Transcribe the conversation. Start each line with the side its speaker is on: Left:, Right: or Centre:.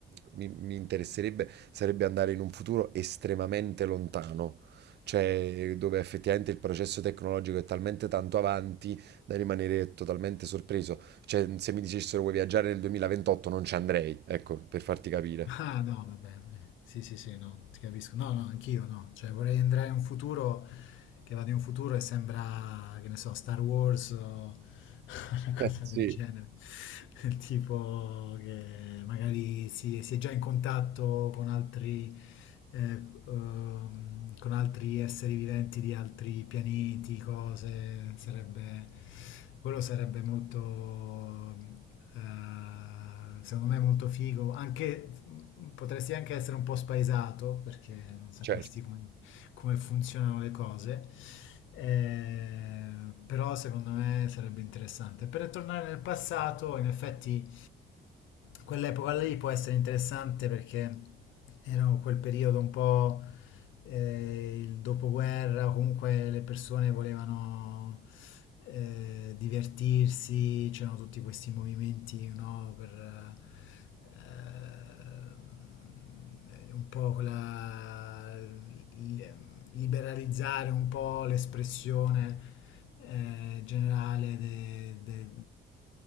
Right: mi, mi interesserebbe sarebbe andare in un futuro estremamente lontano. Cioè, dove effettivamente il processo tecnologico è talmente tanto avanti da rimanere totalmente sorpreso. Cioè, se mi dicessero vuoi viaggiare nel 2028 non ci andrei, ecco, per farti capire.
Left: Ah no, vabbè, eh, sì, sì, sì, no, ti capisco. No, no, anch'io no. Cioè vorrei andare in un futuro che va di un futuro e sembra, che ne so, Star Wars o <laughs> una
Right: Eh,
Left: cosa
Right: sì,
Left: del genere. Del tipo che magari si, si è già in contatto con altri eh, ehm, con altri esseri viventi di altri pianeti, cose, sarebbe, quello sarebbe molto, eh, secondo me molto figo, anche, potresti anche essere un po' spaesato perché non sapresti
Right: certo.
Left: come come funzionano le cose. Eh, però secondo me sarebbe interessante. Per tornare nel passato, in effetti quell'epoca lì può essere interessante perché era quel periodo un po' eh, il dopoguerra, o comunque le persone volevano eh, divertirsi, c'erano tutti questi movimenti, no, per eh, eh, un po' quella, il- liberalizzare un po' l'espressione eh, generale de- de-